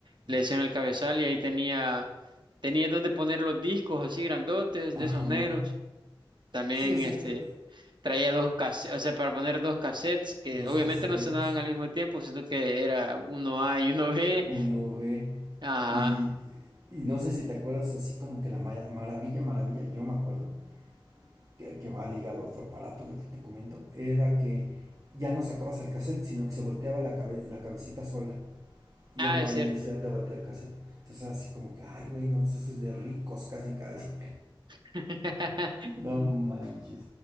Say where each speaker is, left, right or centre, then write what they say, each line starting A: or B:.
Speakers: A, on the right (about 60°); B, on the right (about 40°).
A: Le decían el cabezal y ahí tenía, tenía donde poner los discos así grandotes
B: ajá.
A: de esos negros. También
B: Sí, exacto.
A: este, traía dos cassettes, o sea, para poner dos cassettes que
B: Los
A: obviamente
B: cassettes,
A: no sonaban al mismo tiempo, sino que era uno A y uno B.
B: uno ve,
A: Ajá.
B: y, y no sé si te acuerdas así como que la ma- maravilla, maravilla, yo me acuerdo, que, que va ligado a otro aparato que te, te comento, era que ya no sacabas el cassette, sino que se volteaba la, cabe- la cabecita sola, y
A: Ah,
B: ya no
A: es
B: había
A: cierto.
B: necesidad de voltear el cassette. Entonces así como que, ay, güey, no, pues eso es de ricos, casi, casi. <laughs>
A: <laughs>
B: No manches.